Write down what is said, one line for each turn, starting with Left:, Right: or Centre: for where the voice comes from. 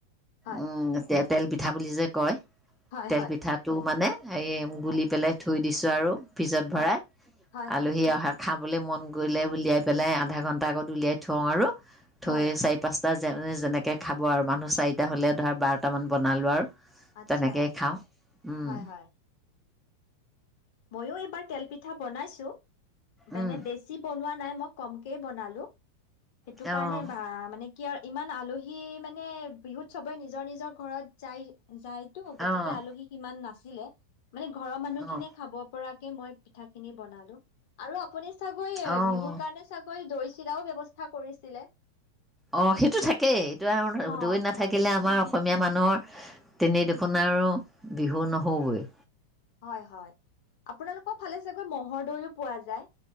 Left: হয়,
Centre: ও টেট। তেল পিঠা বুলি যে কয় -
Left: হয়,
Centre: তেল
Left: হয়,
Centre: পিঠাটো মানে - হেৰি গুলি
Left: হয়,
Centre: পেলাই থৈ দিছ। <unintelligible> ফ্ৰিজত
Left: হয়,
Centre: ভৰাই
Left: হয়,
Centre: আলহী
Left: হয়,
Centre: অহাক খাবলৈ মন গৈলে উলিয়াই পেলাই আধা ঘণ্টা আগত উলিয়াই থওঁ আৰু। থৈয়ে
Left: হয়,
Centre: চাৰি পাঁচ বা যে যেনেকে খাব আৰু মানুহ চাৰিটা হ'লে <unintelligible> বাৰটামান বনালোঁ আৰু।
Left: আচ্ছা,
Centre: তেনেকেই খাওঁ। উম।
Left: হয়, হয়। ময়ো এইবাৰ তেল পিঠা বনাইছো। বেনে
Centre: উম,
Left: বেছি বনোৱা নাই মোক কমকে বনালো। সেইটো
Centre: অ',
Left: কাৰণে বা মানে কিয় ইমান আলহী মানে বিহুত চবে নিজৰ নিজৰ ঘৰত যায়, যায়। টো গতিকে
Centre: অ',
Left: আলহী সিমান নাচ <unintelligible> মানে ঘৰৰ মানুহখিনিয়ে
Centre: অ',
Left: খাব। পৰাকে মই, পিঠা- খিনি বনালো। আৰু আপুনি, চাগৈয়ে
Centre: অ'।
Left: বিহুৰ কাৰণে চাগ, - ঐ দৈ চিৰাও ব্যৱস্থ <unintelligible> কৰিছিলে?
Centre: অ সেইটো থাকেই <unintelligible>
Left: অ
Centre: দৈ নাথাকিলে
Left: হয়
Centre: আমাৰ - অসমীয়া মানুহৰ তেনেই দুখ আৰু বিহু নহবই
Left: হয় হয়, আপোনালোকৰ ফালে চাগৈ মহ'ৰ দৈও পোৱা যায়।